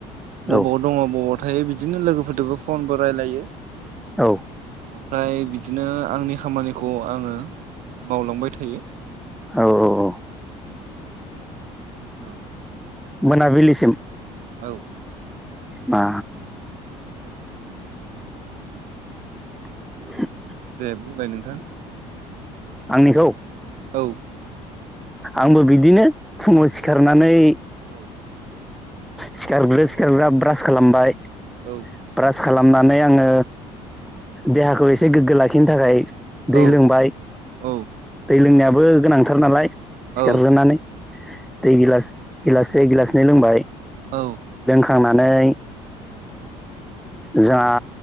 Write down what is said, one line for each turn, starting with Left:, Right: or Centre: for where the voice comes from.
Right: बबाव
Centre: औ
Right: दङ बबाव थायो बिदिनो लोगोफोरदोबो फनबो रायलायो
Centre: औ
Right: ओमफ्राय बिदिनो आंनि खामानिखौ आङो मावलांबाय थायो
Centre: औ औ औ
Right: <inaudible>
Centre: मोनाबिलिसिम
Right: औ
Centre: मा <inaudible>
Right: दे बुंलाय नोंथां
Centre: आंनिखौ
Right: औ
Centre: आंबो बिदिनो फुङाव सिखारनानै
Right: औ औ
Centre: सिखारग्रो सिखारग्रा ब्रास खालामबाय
Right: औ
Centre: ब्रास खालामनानै आङो देहाखौ एसे गोग्गो लाखिनो थाखाय दै
Right: औ
Centre: लोंबाय
Right: औ
Centre: दै लोंनायाबो गोनांथार नालाय। सिखारग्रोनानै
Right: औ
Centre: दै गिलास-गिलास से गिलासनै लोंबाय
Right: औ
Centre: खांनानै जोंहा